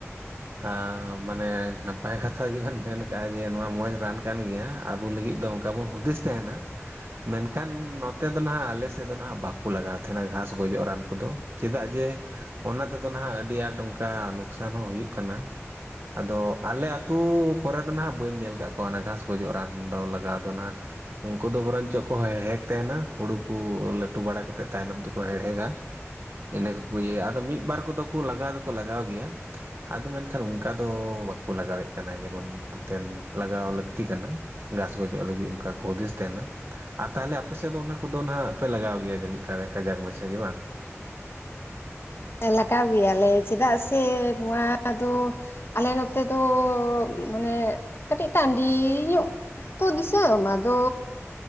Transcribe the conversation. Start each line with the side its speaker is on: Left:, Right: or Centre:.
Right: ᱟᱸ ᱢᱟᱱᱮ ᱱᱟᱯᱟᱭ ᱠᱟᱛᱷᱟ ᱜᱮᱵᱮᱱ ᱢᱮᱱ ᱠᱟᱜᱼᱟ ᱡᱮ ᱱᱚᱣᱟ ᱢᱚᱸᱡᱽ ᱨᱟᱱ ᱠᱟᱱ ᱜᱮᱭᱟ ᱟᱵᱚ ᱞᱟᱹᱜᱤᱫ ᱫᱚ ᱚᱱᱠᱟ ᱵᱚᱱ ᱦᱩᱫᱤᱥ ᱛᱟᱦᱮᱸᱱᱟ᱾ ᱢᱮᱱᱠᱷᱟᱱ ᱱᱚᱛᱮ ᱫᱚ ᱱᱟᱜ ᱟᱞᱮ ᱥᱮᱫ ᱫᱚ ᱱᱟᱦᱟᱸᱜ ᱵᱟᱠᱚ ᱞᱟᱜᱟᱣ ᱛᱮᱦᱮᱸᱱᱟ ᱜᱷᱟᱥ ᱜᱚᱡᱚᱜ ᱨᱟᱱ ᱠᱚᱫᱚ᱾ ᱪᱮᱫᱟᱜ ᱡᱮ ᱚᱱᱟ ᱛᱮᱫᱚ ᱱᱟᱦᱟᱸᱜ ᱟᱹᱰᱤ ᱟᱸᱴ ᱩᱝᱠᱟ ᱱᱩᱠᱥᱟᱱ ᱦᱚᱸ ᱦᱩᱭᱩᱜ ᱠᱟᱱᱟ᱾ ᱟᱫᱚ ᱟᱞᱮ ᱟᱹᱛᱩ ᱠᱚᱨᱮ ᱫᱚᱱ ᱦᱟᱸᱜ ᱵᱟᱹᱧ ᱧᱮᱞ ᱠᱟᱫ ᱠᱚᱣᱟ ᱚᱱᱟ ᱜᱷᱟᱥ ᱜᱚᱡᱚᱜ ᱨᱟᱱ ᱫᱚ ᱞᱟᱜᱟᱣ ᱫᱚᱱ ᱦᱟᱸᱜ᱾ ᱩᱱᱠᱩ ᱫᱚ ᱵᱚᱨᱚᱱᱪᱚ ᱟᱠᱚ ᱦᱚᱸ ᱦᱮᱲᱦᱮᱜ ᱛᱮᱦᱮᱸᱱᱟ ᱦᱩᱲᱩ ᱠᱩ ᱞᱟᱹᱴᱩ ᱵᱟᱲᱟ ᱠᱟᱛᱮᱫ ᱛᱟᱭᱱᱚᱢ ᱛᱮᱠᱚ ᱦᱮᱲᱦᱮᱜᱼᱟ᱾ ᱤᱱᱟᱹ ᱠᱚᱠᱚ ᱤᱭᱟᱹᱭᱟ ᱟᱫᱚ ᱢᱤᱫᱵᱟᱨ ᱠᱚᱫᱚ ᱠᱚ ᱞᱟᱜᱟᱣ ᱫᱚᱠᱚ ᱞᱟᱜᱟᱣ ᱜᱮᱭᱟ᱾ ᱟᱫᱚ ᱢᱮᱱᱠᱷᱟᱱ ᱩᱝᱠᱟ ᱫᱚ ᱵᱟᱠᱚ ᱞᱟᱜᱟᱣᱮᱫ ᱠᱟᱱᱟ ᱡᱮᱢᱚᱱ ᱦᱟᱱᱛᱮ ᱞᱟᱜᱟᱣ ᱞᱟᱹᱠᱛᱤ ᱠᱟᱱᱟ᱾ ᱜᱷᱟᱥ ᱜᱚᱡᱚᱜ ᱞᱟᱹᱜᱤᱫ ᱚᱱᱠᱟ ᱠᱚ ᱦᱩᱫᱤᱥ ᱛᱮᱦᱮᱸᱱᱟ ᱟᱨ ᱛᱟᱦᱚᱞᱮ ᱟᱯᱮᱥᱮᱫ ᱫᱚ ᱚᱱᱟ ᱠᱚᱫᱚᱱ ᱦᱟᱸᱜ ᱯᱮ ᱞᱟᱜᱟᱣ ᱜᱮᱭᱟ ᱡᱟᱹᱱᱤᱡ ᱠᱟᱨ ᱠᱟᱡᱟᱠ ᱢᱟᱪᱷᱟ ᱜᱮ ᱵᱟᱝ?
Left: ᱞᱟᱜᱟᱣ ᱜᱮᱭᱟᱞᱮ ᱪᱮᱫᱟᱜ ᱥᱮ ᱱᱚᱣᱟ ᱫᱚ ᱟᱞᱮ ᱱᱚᱛᱮ ᱫᱚ ᱢᱟᱱᱮ ᱠᱟᱹᱴᱤᱡ ᱴᱟᱺᱰᱤ ᱧᱚᱜ ᱛᱩ ᱫᱤᱥᱟᱹᱢ ᱟᱫᱚ